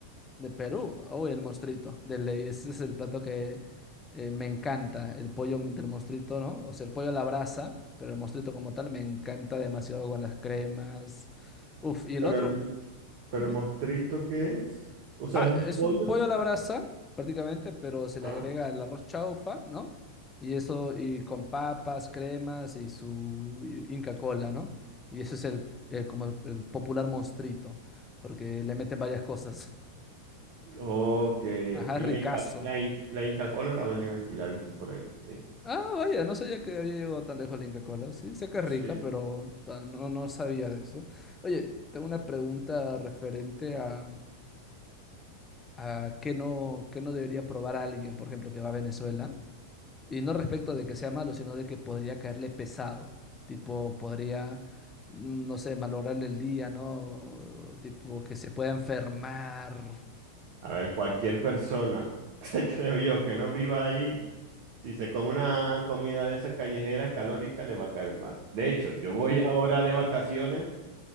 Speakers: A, on the left; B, on the right.
A: De Perú, uy, el monstruito de ley, ese es el plato que eh, me encanta, el pollo del monstruito, ¿no? O sea, el pollo a la brasa, pero el monstruito como tal me encanta demasiado con las cremas. Uf, y el
B: Pero
A: otro,
B: el, pero
A: ujú.
B: el mostrito, ¿qué es? O sea,
A: Ah,
B: ¿es un
A: es
B: pollo?
A: un pollo a la brasa prácticamente, pero se le
B: Ah,
A: agrega el arroz chaufa, ¿no? Y eso, y con papas, cremas y su i- Inca Cola, ¿no? Y ese es el, eh, como el el popular monstruito, porque le meten varias cosas.
B: ok,
A: Ajá,
B: ok. La
A: es ricazo.
B: Inca, la, In- la Inca Kola la venden aquí, la he visto por ahí, sí.
A: Ah, vaya, no sabía que había llegado tan lejos la Inca Kola. Sí, sé que es
B: Sí.
A: rica, pero tan- no, no sabía de eso. Oye, tengo una pregunta referente a, a qué no, qué no debería probar alguien, por ejemplo, que va a Venezuela. Y no respecto de que sea malo, sino de que podría caerle pesado. Tipo, podría, mm, no sé, malograrle el día, ¿no? Tipo, que se pueda enfermar.
B: A ver, cualquier persona, <laughs> creo yo, que no viva ahí, si se come una comida de esas callejeras calóricas, le va a caer mal. De hecho, yo voy ahora de vacaciones